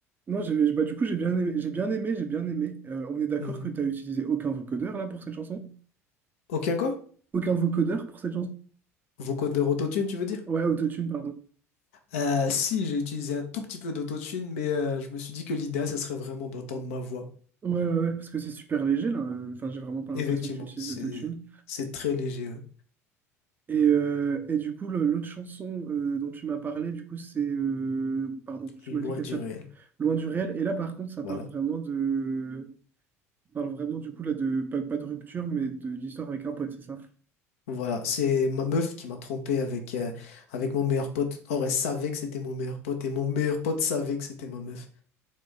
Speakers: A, on the right; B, on the left.
A: Moi, j'ai, bah, du coup, j'ai bien aimé, j'ai bien aimé, j'ai bien aimé. Euh, on est d'accord
B: Mhm.
A: que tu as utilisé aucun vocodeur là pour cette chanson?
B: Ok, quoi?
A: Aucun vocodeur pour cette chanson?
B: Vocaux de rototune, tu veux dire?
A: Ouais, autotune, pardon.
B: Euh, si, j'ai utilisé un tout petit peu d'autotune, mais euh, je me suis dit que l'idéal, ça serait vraiment d'entendre ma voix.
A: Ouais, ouais, ouais, parce que c'est super léger, là. euh, Enfin, j'ai vraiment pas l'impression
B: Effectivement,
A: que tu utilises
B: c'est
A: l'autotune.
B: c'est très léger, hein,
A: Et, euh, et du coup, le- l'autre chanson euh, dont tu m'as parlé, du coup, c'est... euh, pardon, tu
B: loin
A: m'as dit qu'elle
B: du
A: s'appelle
B: réel.
A: Loin du réel. Et là, par contre, ça
B: Voilà.
A: parle vraiment de... ça parle vraiment, du coup, là, de... Pas, pas de rupture, mais de l'histoire avec un pote, c'est ça?
B: Voilà, c'est ma meuf qui m'a trompé avec, euh, avec mon meilleur pote. Or, elle savait que c'était mon meilleur pote et mon meilleur pote savait que c'était ma meuf.